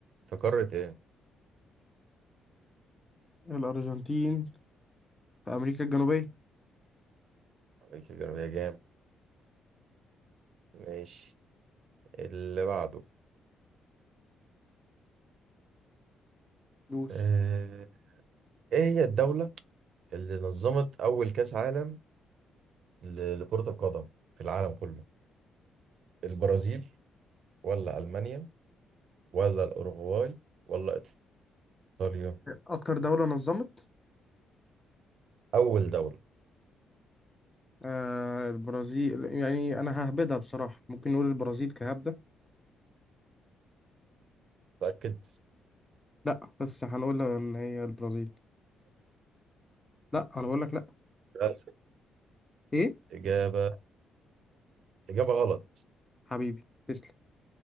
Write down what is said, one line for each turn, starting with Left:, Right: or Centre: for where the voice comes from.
Right: في قارة إيه؟
Left: الأرجنتين في أمريكا الجنوبية
Right: عليك كبير يا جامد ماشي اللي بعده
Left: دوس
Right: إيه إيه هي الدولة اللي نظمت أول كأس عالم ل- لكرة القدم في العالم كله؟ البرازيل ولا ألمانيا ولا الأوروغواي ولا إيطاليا؟
Left: أكتر دولة نظمت
Right: أول دولة
Left: آه البرازيل يعني أنا ههبدها بصراحة ممكن نقول البرازيل كهبدة
Right: متأكد؟
Left: لا بس هنقول ان هي البرازيل لا انا بقول لك لا
Right: إجابة
Left: ايه
Right: إجابة إجابة غلط
Left: حبيبي تسلم